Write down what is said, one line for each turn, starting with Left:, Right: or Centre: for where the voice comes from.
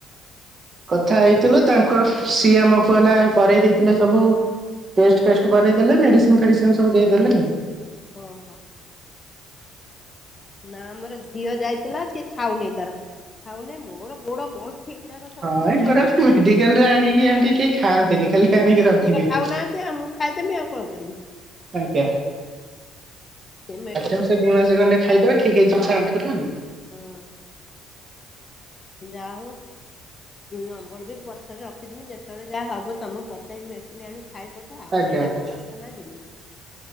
Right: କଥା ହେଇଥିଲୁ ତାଙ୍କ ସିଏ ଆମକୁ ହେଲା କରେଇ ଦେଇଥିଲେ ସବୁ ଟେଷ୍ଟ ଫେଷ୍ଟ କରେଇଦେଲେ ମେଡିସିନ ଫେଡିସିନ ସବୁ ଦେଇଦଲେ।
Left: ଓ ହ ନା ମୋର ଝିଅ ଯାଇଥିଲା ସିଏ ଖାଉନି ତାର ଖାଉନି ମୋର ଗୋଡ ଗଣ୍ଠି ଗୁଡାକ ସବୁ
Right: ହଁ
Left: ବଥା
Right: ଏ ଗୁଡ଼ାକ
Left: ହେଇଯାଉଛି।
Right: ମେଡିକାଲ ରେ ଆଣିକି ଆଣ୍ଟି କେଇ ଖାଆନ୍ତିନି ଖାଲି ଆଣିକି
Left: ସିଏ ସେ
Right: ରଖିଦିଅନ୍ତି।
Left: ଖାଉନାହାନ୍ତି ଆଉଁ ଖାଇଦେବି ଆଉ କଣ କରିବି।
Right: ଆଜ୍ଞା
Left: ଏ ମେଡିକା
Right: ହଁ ସେ ଦି ମାସେ ଖଣ୍ଡେ ଖାଇଦେବେ ଠିକ ହେଇଯିବ ଆଣ୍ଠୁ ଟା ଆଉ।
Left: ହଁ ଯା ହଉ ନମ୍ବର ବି ପଛରେ ରଖିଦେମି ଯେତେବେଳେ ଯାହା ହବ ତମକୁ ପଚାରି ମେଡିସିନ ଆଣିକି ଖାଇପି ପଛେ ଆଉ
Right: ଆଜ୍ଞା
Left: ସେଇଟା
Right: ଆଜ୍ଞା।
Left: ଡା ଖାନ ଯିବିନି